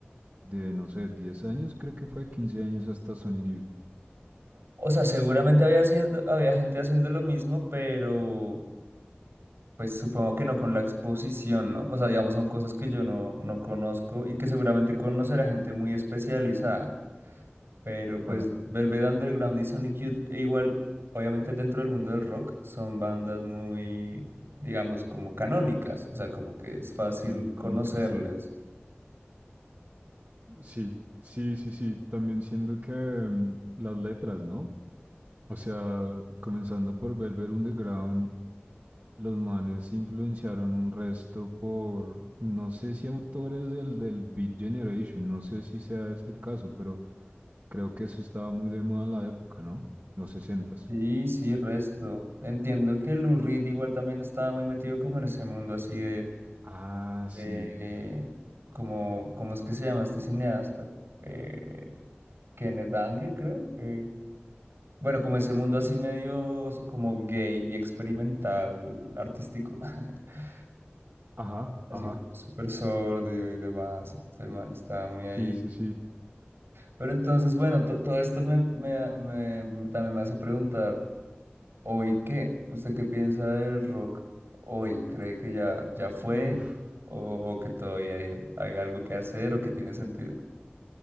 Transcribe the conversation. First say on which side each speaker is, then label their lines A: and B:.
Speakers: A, on the right; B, on the right.
A: de, no sé, 10 años, creo que fue 15 años hasta Sonic Youth.
B: O sea, seguramente había, haciendo, había gente haciendo lo mismo, pero pues supongo que no con la exposición, ¿no? O sea, digamos, son cosas que yo no, no conozco y que seguramente conocerá gente muy especializada. Pero
A: Claro,
B: pues Velvet Underground y Sonic Youth, e igual, obviamente dentro del mundo del rock, son bandas muy, digamos, como canónicas, o sea, como que es fácil
A: qué icónica,
B: conocerles
A: sí. Sí, sí, sí, sí. También siento que mm, las letras, ¿no? O sea, comenzando por Velvet Underground, Los manes influenciaron un resto por, no sé si autores del, del Beat Generation, no sé si sea este el caso, pero creo que eso estaba muy de moda en la época, ¿no? Los sesentas.
B: Sí, sí, resto. Entiendo que Lou Reed igual también estaba muy metido como en ese mundo así de,
A: Ah, sí.
B: de como, ¿cómo es que se llama este cineasta? Eh, Kenneth Anger, creo. eh, bueno, como ese mundo así medio s- como gay experimental, artístico. <laughs>
A: Ajá,
B: Así
A: ajá.
B: como súper sordio y demás. entonces El man estaba muy ahí.
A: Sí, sí, sí.
B: Pero entonces, bueno, to- todo esto me, me, me- también me hace preguntar. ¿Hoy qué? ¿Usted qué piensa del rock hoy? ¿Cree que ya, ya fue
A: Uf,
B: o, o que todavía hay, hay algo que hacer o que tiene sentido?